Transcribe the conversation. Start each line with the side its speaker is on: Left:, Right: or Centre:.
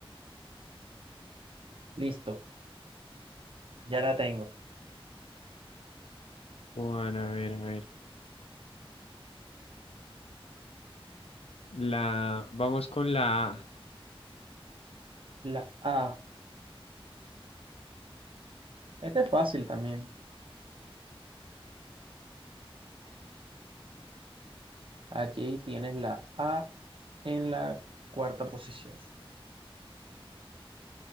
Right: Listo, ya la tengo.
Left: Juan, a ver, a ver. La, vamos con la A.
Right: La A. Este es fácil también. Aquí tienes la A en la cuarta posición.